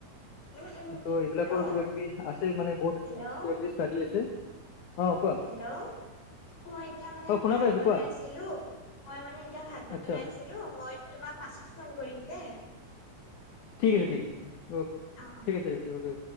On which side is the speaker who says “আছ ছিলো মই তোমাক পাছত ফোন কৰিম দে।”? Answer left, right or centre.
Left